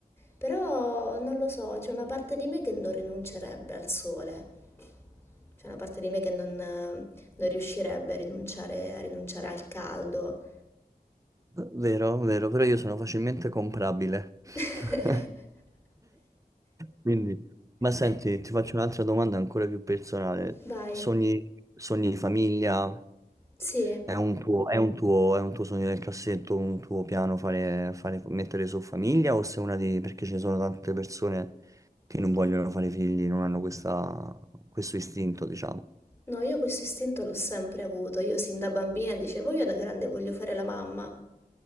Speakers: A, on the left (about 15°); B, on the right (about 20°).
A: Però non lo so, c'è una parte di me che non rinuncerebbe al sole, c'è una parte di me che non, non riuscirebbe a rinunciare, a rinunciare al caldo.
B: Vero, vero, però io sono facilmente comprabile. <laughs>
A: <laughs>
B: Quindi, ma senti,
A: Eh,
B: ti faccio un'altra domanda ancora più personale.
A: Vai,
B: Sogni, sogni di famiglia?
A: sì.
B: È un tuo, è un tuo, è un tuo sogno nel cassetto, un tuo piano fare, fare- mettere su famiglia? O sei una di... perché ci sono tante persone che non vogliono fare figli, non hanno questa- questo istinto, diciamo.
A: No, io questo istinto l'ho sempre avuto. Io sin da bambina dicevo, io da grande voglio fare la mamma.